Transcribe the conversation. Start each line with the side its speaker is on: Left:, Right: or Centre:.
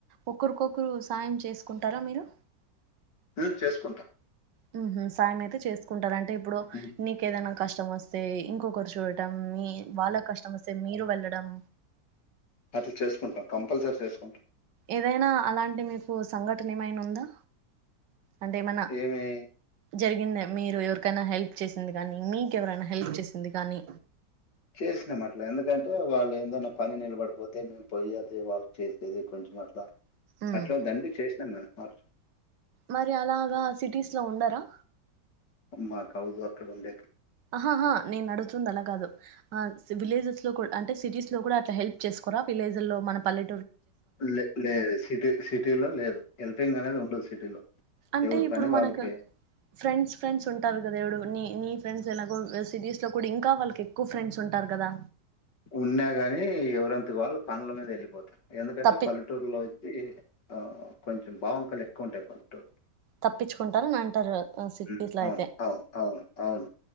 Right: ఒకరుకొకురు సాయం చేసుకుంటారా మీరు
Left: మ్మ్ చేసుకుంటాం
Right: హ్మ్మ్ సాయం అయితే చేసుకుంటారండి ఇప్పుడు
Left: హ్మ్.
Right: నీకు ఏదైనా కష్టం వస్త ే ఇంకొ కొర్చు మీ వాళ్ళ కష్టం వస్తే మీరు వెళ్ళడం
Left: అట్ల చేసుకుంటాం కంపల్సరీ చేసుకుంటాం
Right: ఏదైనా అలాంటి మీకు సంఘటన ఏమైనా ఉందా అంటే మన
Left: ఏమి
Right: జరిగిన మీరు ఎవరికైనా హెల్ప్ చేసింది కానీ, మీకెవరైనా హెల్ప్ చేసింది కానీ
Left: చేసినాం అట్లా ఎందుకంటే వాళ్ళు ఏందైనా పని నిలబడిపోతు అ మేము పోయి అది వాళ్ళకి చేసేది కొంచెం అట్లా
Right: మ్మ్
Left: అట్లా దండిగ చేసినామ్ పర్
Right: మరి అలాగా సిటీస్ లో ఉండరా
Left: మా కవదు అక్కడ ఉండే
Right: ఆహహా నేనడుగుతుంది అలా కాదు ఆ విలేజెస్ లో కూడా అంటే సిటీస్ లో కూడా అట్లా హెల్ప్ చేసుకోరా విలేజ్ లో మన పల్లె
Left: లే లేదు సిటీ సిటీలో లేదు ఎల్పింగ్ అనేది ఉండదు సిటీలో
Right: అంటే
Left: ఎవరి
Right: ఇప్పుడు
Left: పని వాళ్ళకి
Right: మనకు ఫ్రెండ్స్ ఫ్రెండ్స్ ఉంటారు కదా ఏడుగురు నీ ఫ్రెండ్స్ ఎలాగో సిటీస్ లో కూడా ఇంకా వాళ్ళకి ఎక్కువ ఫ్రెండ్స్ ఉంటారు కదా
Left: ఉండా గాని ఎవరంత వాళ్ళు పనుల మీద వెళ్ళిపోతారు ఎందుకంటే
Right: తప్పి
Left: పల్లెటూర్లో ఈ ఆ కొంచెం బావంకాలు ఎక్కువ ఉంటాయి పట్టు
Right: తప్పించుకుంటారు అని అంటారు సిటీస్
Left: ఉం.
Right: లో
Left: అవును
Right: అయితే
Left: అవును అవును అవును